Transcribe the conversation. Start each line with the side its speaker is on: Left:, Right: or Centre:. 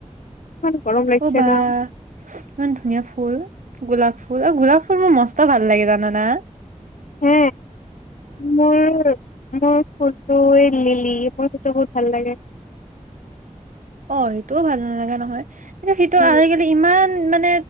Left: ইমান গৰম লাগছে
Right: অ বা
Left: ন।
Right: ইমান ধুনীয়া ফুল। গোলাপ ফুল আৰু গোলাপ ফুল মোৰ মস্ত ভাল লাগি জানা না ত
Left: হে, মোৰ মোৰ ফোনটো এ লিলি, মোৰ সেইটো বহুত ভাল লাগে।
Right: অ সেইটোও ভাল নালাগা নহয়। কি সেইটো
Left: উম,
Right: আজিকালি ইমান মান